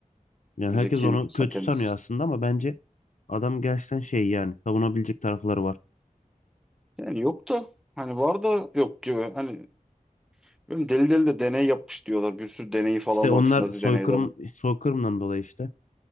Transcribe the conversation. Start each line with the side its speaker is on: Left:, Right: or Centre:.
Left: Yani
Centre: Bu
Left: herkes
Centre: zeki
Left: onu
Centre: bir insan
Left: kötü
Centre: kendisi.
Left: sanıyor aslında ama bence adam gerçekten şey yani savunabilecek tarafları var.
Centre: Yani yok da hani var da yok gibi. Hani Bilmiyorum, deli deli de deney yapmış diyorlar. Bir sürü deneyi falan
Left: İşte onlar
Centre: varmış Nazi
Left: soykırım
Centre: deneyleri.
Left: soykırımdan dolayı işte.